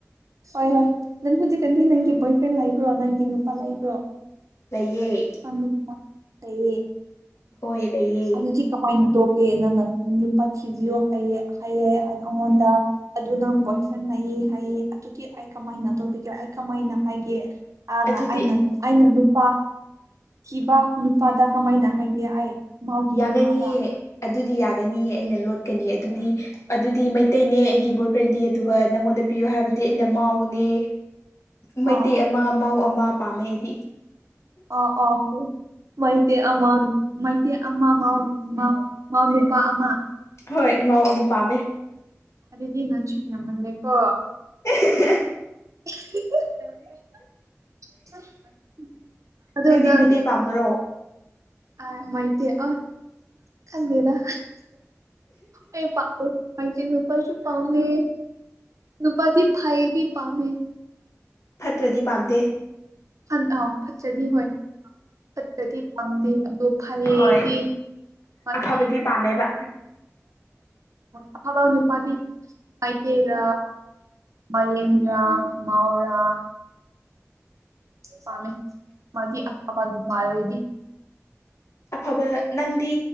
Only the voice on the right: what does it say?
ꯍꯣꯏ ꯍꯣꯏ ꯅꯪ ꯍꯧꯖꯤꯛꯀꯥꯟꯗꯤ ꯅꯪꯒꯤ ꯕꯣꯏ ꯐ꯭ꯔꯦꯟ ꯂꯩꯕ꯭ꯔꯣ ꯅꯪꯒꯤ ꯅꯨꯄꯥ ꯂꯩꯕ꯭ꯔꯣ
ꯅꯨꯄꯥ ꯂꯩꯌꯦ
ꯑꯗꯨꯗꯤ ꯀꯃꯥꯏꯅ ꯇꯣꯛꯀꯦ ꯅꯪꯅ ꯅꯨꯄꯥ ꯊꯤꯕꯤꯌꯣ ꯍꯥꯏꯌꯦ ꯍꯥꯏꯌꯦ ꯑꯩꯉꯣꯟꯗ ꯑꯗꯨ ꯅꯪ ꯕꯣꯏ ꯐ꯭ꯔꯦꯟ ꯍꯥꯏꯑꯦ ꯍꯥꯏꯑꯦ ꯑꯗꯨꯗꯤ ꯑꯩ ꯀꯃꯥꯏꯅ ꯇꯧꯕꯤꯒꯦ ꯑꯩ ꯀꯃꯥꯏꯅ ꯍꯥꯏꯒꯦ ꯑꯅ
ꯑꯩꯅ ꯑꯩꯅ ꯅꯨꯄꯥ ꯀꯤꯕ ꯅꯨꯄꯥꯗ ꯀꯃꯥꯏꯅ ꯍꯥꯏꯒꯦ ꯑꯩ ꯃꯥꯎꯒꯤ
ꯅꯨꯄꯥꯗ
ꯑꯣ
ꯑ ꯑ ꯍꯣꯏ ꯃꯩꯇꯩ ꯑꯃ ꯃꯩꯇꯩ ꯑꯃ ꯃꯥꯎ ꯃꯥꯎ ꯃꯥꯎ ꯅꯨꯄꯥ ꯑꯃ
ꯑꯗꯨꯗꯤ ꯅꯪꯁꯨ ꯌꯥꯝꯃꯜꯂꯦꯀꯣ
<unintelligible> ꯑꯗꯣ
ꯅꯪ
ꯑ ꯃꯥꯏꯇ ꯑꯣ ꯈꯟꯗꯦꯗ ꯑꯩ ꯄꯥꯝꯕ ꯅꯨꯄꯥꯁꯨꯨ ꯄꯥꯝꯃꯤ ꯅꯨꯄꯥꯗꯤ ꯐꯥꯏꯕꯤ ꯄꯥꯃꯦ
ꯑꯥꯎ ꯐꯠꯠꯇꯔꯗꯤ ꯍꯣꯏ ꯐꯠꯇꯔꯗꯤ ꯄꯥꯝꯗꯦꯕ ꯇ ꯐꯩꯌꯦꯗꯤ
ꯃꯥꯒꯤ
ꯑꯐꯕ ꯅꯨꯄꯥꯗꯤ ꯃꯩꯇꯩꯒ ꯃꯔꯤꯡꯔ ꯃꯥꯎꯔ ꯄꯥꯝꯃꯤ ꯃꯥꯗꯤ ꯑꯐꯕ ꯅꯨꯄꯥꯗꯤ